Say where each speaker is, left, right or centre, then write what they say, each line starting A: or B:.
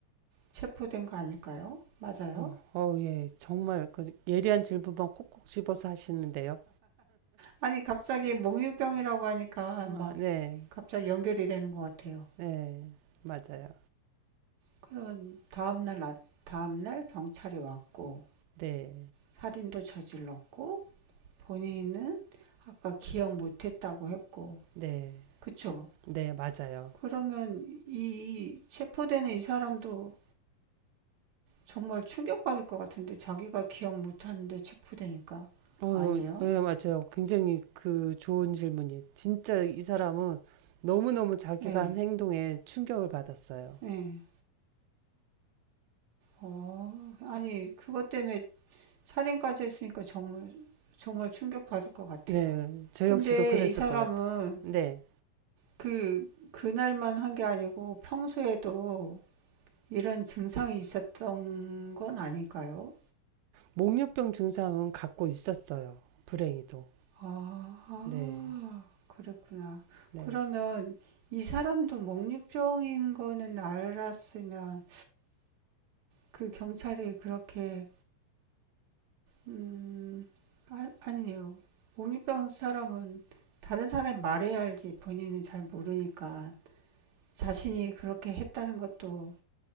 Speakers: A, on the right; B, on the right.
A: 체포된 거 아닐까요? 맞아요?
B: 어, 어, 예, 정말 그 예리한 질문만 콕콕 집어서 하시는데요.
A: 아니 갑자기 몽유병이라고 하니까
B: 아,
A: 막
B: 네,
A: 갑자기 연결이 되는 것 같아요.
B: 네, 맞아요.
A: 그럼 다음날, 아- 다음날 경찰이 왔고
B: 네,
A: 살인도 저질렀고 본인은 아까 기억 못했다고 했고
B: 네,
A: 그쵸?
B: 네, 맞아요.
A: 그러면 이 체포되는 이 사람도 정말 충격받을 것 같은데 자기가 기억 못하는데 체포되니까
B: 어, 어,
A: 아니에요?
B: 예, 맞아요. 굉장히 그 좋은 질문이. 진짜 이 사람은 너무너무 자기가
A: 예,
B: 한 행동에 충격을 받았어요.
A: 예. 어, 아니 그것 때문에 살인까지 했으니까 정말 정말 충격받을 것 같아요.
B: 네, 저
A: 근데
B: 역시도 그랬을
A: 이 사람은
B: 것 같아요. 네.
A: 그 그날만 한 게 아니고 평소에도 이런 증상이 있었던 건 아닐까요?
B: 목류병 증상은 갖고 있었어요. 불행히도.
A: 아,
B: 네,
A: 그랬구나.
B: 네.
A: 그러면 이 사람도 목류병인 거는 알았으면 그 경찰이 그렇게, 음, 아, 아니요. 목류병 사람은 다른 사람이 말해야 알지 본인은 잘 모르니까 자신이 그렇게 했다는 것도